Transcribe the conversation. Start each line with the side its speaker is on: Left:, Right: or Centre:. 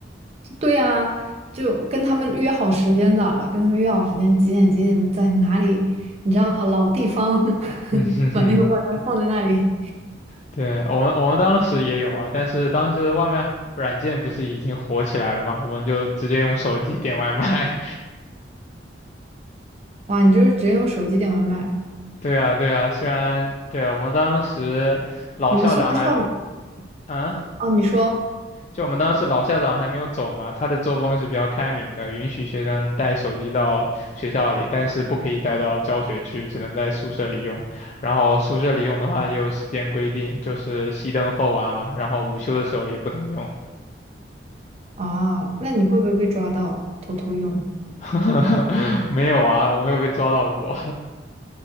Right: 对呀，就跟他们约好时间的，跟他们约好时间几点几点在哪里，你知道老地方 <laughs>
Left: 嗯哼哼，
Right: 把那个外卖放在那里。
Left: 对，我们我们当时也有啊，但是当时外卖软件不是已经火起来了嘛，我们就直接用手机点外卖。
Right: 哇，你就是直接用手机点外卖？
Left: 对啊，对啊，虽然对啊，我们当时老校长还，
Right: 你们送到校
Left: 嗯，
Right: 哦？你说
Left: 就我们当时老校长还没有走嘛，他的作风是比较开明的，允许学生带手机到学校里，但是不可以带到教学区，只能在宿舍里用。然后宿舍里用的话也有时间规定，就是熄灯后啊，然后午休的时候也不能用。
Right: 啊，那你会不会被抓到偷偷用？
Left: <laughs> 没有啊，我没有被抓到过